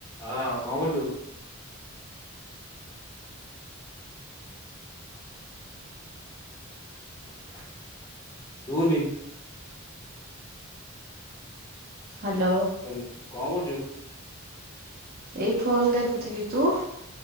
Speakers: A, on the left; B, on the right.
A: ହଁ କଣ କରୁଚୁ? <unintelligible> ଶୁବୁନିି।
B: ହାଲୋ।
A: ହାଲୋ କଣ କରୁଚ?
B: ଏଇ ଫୋନ୍ ଦେଖୁଥିଲି। ତୁ?